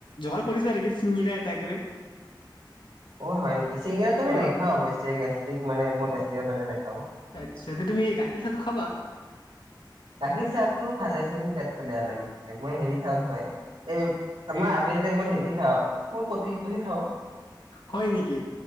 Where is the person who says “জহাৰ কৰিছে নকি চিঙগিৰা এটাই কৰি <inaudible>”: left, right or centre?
Left